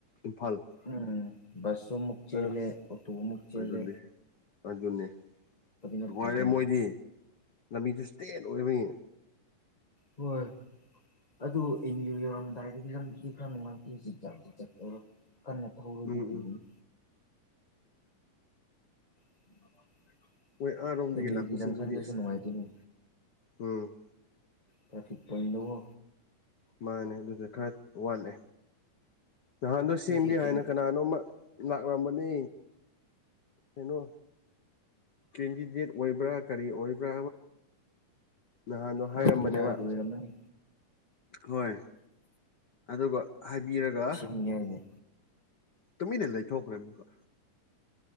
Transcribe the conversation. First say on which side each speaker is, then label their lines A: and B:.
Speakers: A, on the left (about 80°); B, on the left (about 20°).
A: ꯏꯝꯐꯥꯜ
B: ꯎꯝ ꯕꯨꯁꯃꯨꯛ ꯆꯦꯂꯦ
A: ꯑꯗ
B: ꯑꯣꯇꯣꯃꯨꯛ ꯆꯦꯂꯦ
A: ꯑꯗꯨꯅꯦ ꯑꯗꯨꯅꯦ
B: ꯅꯠꯇꯦꯗ
A: ꯅꯨꯡꯉꯥꯏꯔꯦ ꯃꯣꯏꯗꯤ ꯂꯝꯕꯤꯁꯨ ꯏꯁꯇ꯭ꯔꯦꯠ ꯑꯣꯏꯕꯒꯤ
B: ꯍꯣꯏ ꯑꯗꯨ ꯑꯦꯝ ꯌꯨ ꯌꯧꯔꯝꯗꯥꯏꯗꯥꯒꯤ ꯂꯝꯕꯤꯗꯤ ꯈꯔ ꯅꯨꯡꯉꯥꯏꯇꯦ ꯈꯔꯥ ꯖꯤꯛ ꯖꯥꯛ ꯖꯤꯛ ꯖꯥꯛ ꯇꯧꯔꯦ ꯀꯟꯅ ꯊꯔꯗꯤ
A: ꯎꯝ
B: ꯀꯤꯒꯥꯅꯤ
A: ꯎꯝ
B: ꯑ <unintelligible>
A: ꯃꯣꯏ ꯑꯥꯔꯣꯝꯗꯒꯤ
B: <inaudible> ꯑꯦꯃꯌꯨꯒꯤꯖꯪꯈꯥꯟꯗꯁꯨ
A: ꯂꯥꯛꯄꯁꯤꯡꯗꯨꯗꯤ ꯑꯁ
B: ꯅꯨꯡꯉꯥꯏꯒꯅꯤ
A: ꯎꯝ
B: ꯇ ꯐꯤꯛ ꯄꯣꯏꯟ ꯅꯕꯣ
A: ꯃꯥꯅꯦ ꯑꯗꯨꯁꯨ ꯈꯔ ꯋꯥꯠꯂꯦ ꯅꯍꯥꯟꯗꯣ ꯁꯦꯝꯒꯦ
B: ꯑꯩ
A: ꯍꯥꯏꯅ
B: ꯑꯩꯅ
A: ꯀꯅꯥꯅꯣꯝꯃ ꯂꯥꯛꯂꯝꯕꯅꯤ ꯀꯩꯅꯣ ꯀꯦꯟꯗꯤꯗꯦꯠ ꯑꯣꯏꯕ꯭ꯔꯥ ꯀꯔꯤ ꯑꯣꯏꯕ꯭ꯔꯥ ꯅꯍꯥꯟꯗꯣ ꯍꯥꯏꯔꯝꯕꯅꯦꯕ
B: ꯃꯣꯏ ꯀꯨꯟꯗ꯭ꯔꯥꯒꯤ ꯑꯣꯏꯔꯝꯃꯅꯤ
A: ꯍꯣꯏ ꯑꯗꯨꯒ ꯍꯥꯏꯕꯤꯔꯒ
B: ꯏꯔꯒꯦ
A: ꯇꯨꯃꯤꯟꯅ ꯂꯩꯊꯣꯛꯈ꯭ꯔꯦ ꯑꯃꯨꯛꯒ